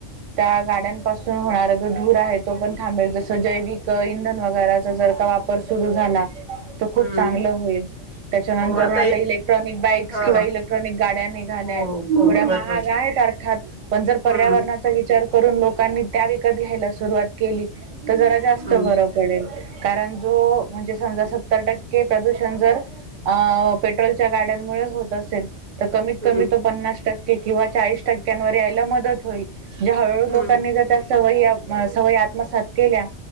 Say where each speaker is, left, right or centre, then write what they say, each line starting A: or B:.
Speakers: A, on the right; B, on the right.
A: त्या गाड्यांपासून होणारा जो धूर आहे तो पण थांबेल जस जैविक इंधन वगैर जर वापर सुरू झाला त खूप
B: हम्म
A: चांगलं होईल त्याच्यानंतर
B: हो हं.
A: आता
B: हे
A: इलेक्ट्रॉनिक बाईक्स
B: हा
A: किंवा इलेक्ट्रॉनिक गाड्या निघाल्याय
B: हो हो
A: थोड्या
B: बरोबर
A: महाग
B: आहे.
A: आहेत अर्थात पण जर पर्यावरणाचा
B: हम्म
A: विचार करून लोकांनी त्या विकत घ्यायला सुरुवात केली तर जरा जास्त
B: हम्म
A: बरं पडेल कारण जो म्हणजे समजा सत्तर टक्के प्रदूषण जर अ पेट्रोलच्या गाड्यांमुळे होत असेल तर कमीत
B: हम्म.
A: कमी तो पन्नास टक्के किंवा चाळीस टक्क्यांवर यायला मदत होईल ज्या हळूहळू
B: हम्म
A: लोकांनी ज त्या सवय सवय आत्मसात केल्या